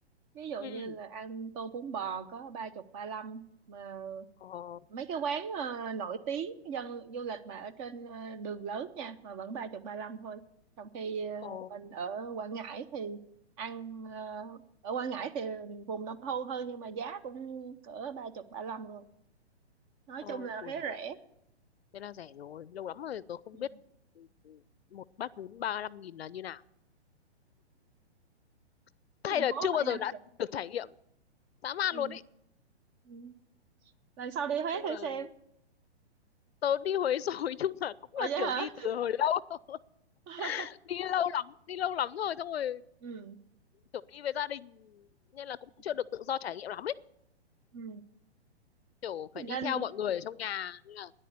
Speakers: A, on the right (about 25°); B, on the left (about 65°).
A: ví dụ
B: ừ
A: như là ăn tô bún bò có ba chục ba lăm mà
B: ờ
A: mấy cái quán ờ, nổi tiếng dân du lịch mà ở trên ờ, đường lớn nha mà vẫn ba chục ba lăm thôi trong khi ờ,
B: ờ
A: mình ở Quảng Ngãi thì ăn ờ, ở Quảng Ngãi thì vùng nông thôn hơn nhưng mà giá cũng cỡ ba chục ba lăm rồi nói
B: ờ
A: chung là
B: ui
A: Huế
B: dồi
A: rẻ
B: thế là rẻ rồi lâu lắm rồi tôi không
A: Ừ.
B: biết ừ, ừ, một bát bún 35 nghìn là như nào <laughs>
A: ở
B: hay
A: thành
B: là
A: phố
B: chưa
A: phải
B: bao giờ
A: năm
B: đã được trải nghiệm dã man
A: ừ.
B: luôn ý
A: ừ. lần sau đi Huế
B: chung
A: thử
B: là
A: xem
B: tớ đi Huế rồi <laughs> nhưng mà cũng
A: ủa
B: là
A: vậy
B: kiểu
A: hả
B: đi từ hồi lâu
A: <laughs>
B: <laughs> đi lâu lắm đi lâu lắm rồi xong rồi
A: ừ.
B: kiểu đi với gia đình nên là cũng
A: ừ.
B: chưa được tự do trải nghiệm lắm ấy
A: ừ.
B: kiểu
A: Thì
B: phải đi
A: nên
B: theo mọi người ở trong nhà nên là